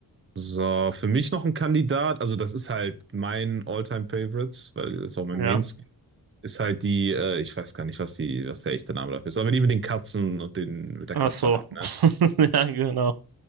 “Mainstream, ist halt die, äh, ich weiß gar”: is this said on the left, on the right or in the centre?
Right